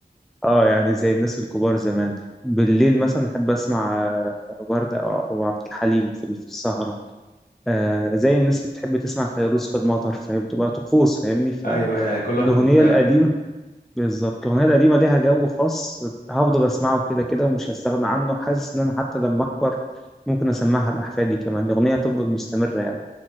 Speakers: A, in the centre; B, on the left (about 55°).
A: اه يعني زي الناس الكبار زمان بالليل مثلا أحب أسمع آه، وردة أو أو عبد الحليم في في السهرة آه زي الناس اللي بتحب تسمع فيروز في المطر فهي بتبقى طقوس فاهمني؟ فالأغنية
B: ايوه ايوه كل واحد ودماغه
A: القديمة بالظبط الأغنية القديمة ليها جو خاص هفضل أسمعه كده كده ومش هستغنى عنه حاسس إن أنا حتى لما أكبر ممكن أسمعها لأحفادي كمان الأغنية هتفضل مستمرة يعني